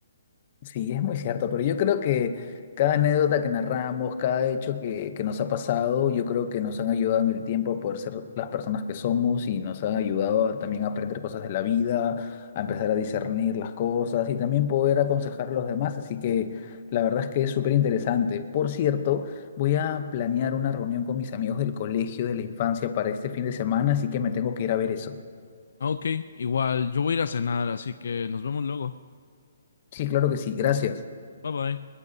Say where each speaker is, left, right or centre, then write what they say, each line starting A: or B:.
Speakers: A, on the left (about 30°); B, on the left (about 70°).
A: Sí, es muy cierto, pero yo creo que cada anécdota que narramos, cada hecho que, que nos ha pasado, yo creo que nos han ayudado en el tiempo a poder ser las personas que somos y nos han ayudado a también aprender cosas de la vida, a empezar a discernir las cosas y también poder aconsejar a los demás. Así que la verdad es que es súper interesante. Por cierto, voy a planear una reunión con mis amigos del colegio de la infancia para este fin de semana, así que me tengo que ir a ver eso.
B: Ah, Ok, igual, yo voy a ir a cenar, así que nos vemos luego.
A: Sí, claro que sí, gracias.
B: Bye bye.